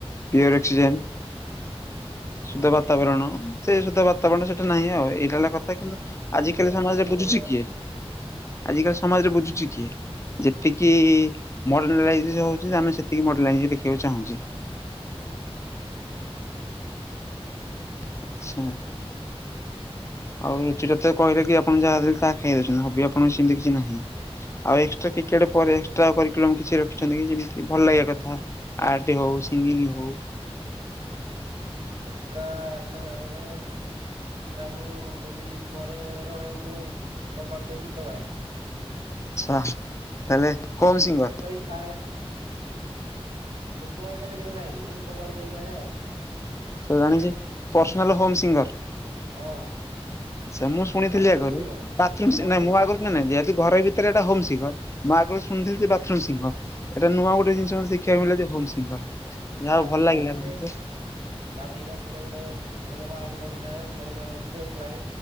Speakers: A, on the left; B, on the right.
A: ପିଓର ଅକ୍ସିଯେନ୍ ଶୁଦ୍ଧ
B: ବାସ୍
A: ବାତାବରଣ ସେ ଶୁଦ୍ଧ ବାତାବରଣ ସେଟା ନାହିଁ ଆଉ ଏଇଟା ହେଲା କ କିନ୍ତୁ
B: ଅଁ, ଖାଦ୍ୟ
A: ଆଜିିକାଲି ସମାଜରେ
B: ପନିପରିବା
A: ବୁଝୁଛି କିଏ? ଆଜିିକାଲି ସମାଜରେ ବୁଝୁଚି କିଏ ଯେତିକି ମଡର୍ଲାଇଜ ଯୋଉ ହଉଛି ଆମେ ସେତିକି ମଡଲାଇଯି ଦେଖିବାକୁ ଚାହୁଛେ। ଆଚ୍ଛା। ଆଉ ରୁଚି ଟା ତ କହିଲେ କି ଆପଣ ଯାହା ଦେଲେ ତାହା ଖାଇ ଦଉଛନ୍ତି ହବି ଆପଣଙ୍କ ସେମିତି କିଛି ନାହିଁ। ଆଉ ଏକ୍ସଟ୍ରା କ୍ରିକେଟ ପରେ ଏକ୍ସଟ୍ରା କରିକଲମ୍ କିଛି ରଖିଛନ୍ତି କି ଯେମିତି ଭଲ ଲାଗିବା କଥା। ଆର୍ଟ ହଉ ସିଙ୍ଗିଙ୍ଗି ହଉ
B: ଏକ୍ସଟ୍ରା କହିବାକୁ ଗଲେ ଏକ୍ସଟ୍ରା ମୁଁ ଯଦି ଘରେ ରହେ ମୁଁ କବାଟ ଦେଇକି ଗୀତ ଗାଏ।
A: ଆଛା ତାହେଲେ କଉ ସିଙ୍ଗର?
B: ସାୟଲେ ଲୋକଙ୍କ ଆଗରେ କେବେ ଗାଇନି କବାଟ ଦେଇକି ଗାଏ ଆଉ।
A: ସେ ଜାଣିଛି ପର୍ସନାଲ ହୋମ ସିଙ୍ଗର।
B: ହଁ।
A: ଆଛା ମୁଁ ଶୁଣିଥିଲି
B: ବାଥରୁମ୍
A: ଆଗରୁ
B: ସିଙ୍ଗର
A: ବାଥରୁମ
B: ଏଇଟା
A: ସି
B: ବାଥରୁ
A: ନାଇଁ ମୁଁ ଆଗରୁ କରୁଚି କି
B: ବାଥରୁମ୍
A: ନାଇ ଯେହେତୁ ଘରେ ଭି ଏଥିରେ ଏଇଟା ହୋମ ସିଙ୍ଗର ମୁଁ ଆଗରୁ ଶୁଣିଥିଲେ ଯେ ବାଥ ଥ୍ରୁମ୍ ସିଙ୍ଗର ଏଟା ନୂଆ ଗୋଟେ ଜିନିଷ ଶିଖିବାକୁ ମିଳେ ହୋମ ସିଙ୍ଗର। ଯାହା
B: ଗାଧେଇକି
A: ହଉ ଭଲ ଲାଗିଲା
B: ଆସିଲେ।
A: ଗୋଟେ ଜିନିଷ
B: ଗାଧେଇକି ଆସିଲେ ଗୋଟେ ଭଲ ମାହଲ ବନିଥାଏ ମଣିଷ ଫ୍ରେଶ ଲାଗେ।